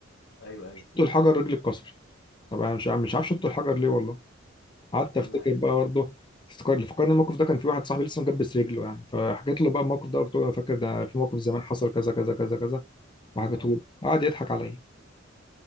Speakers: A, on the left (about 60°); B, on the left (about 25°).
A: ايوه ايوه
B: شوط الحجر رجلي اتكسر طبعا مش عارف مش
A: جميل
B: عارف شوط الحجر ليه والله قعدت
A: يا
B: افتكر
A: عم
B: بقى برضه افتكر اللي فكرني الموقف ده كان في واحد صاحبي لسه مجبس رجله يعني فحكيت له بقى الموقف ده قلت له انا فاكر ده في موقف زمان حصل كذا كذا كذا كذا وحكيته
A: اه
B: له قعد يضحك عليا